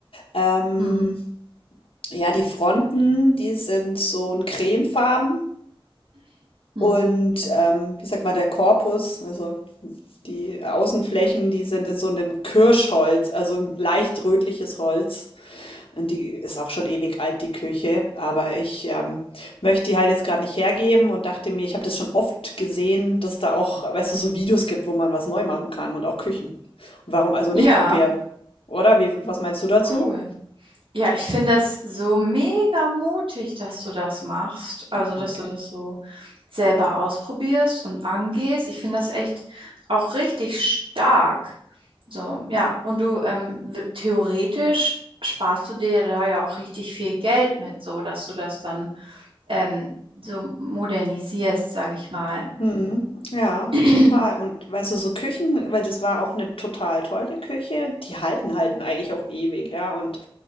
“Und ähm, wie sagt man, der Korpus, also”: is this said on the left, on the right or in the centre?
Left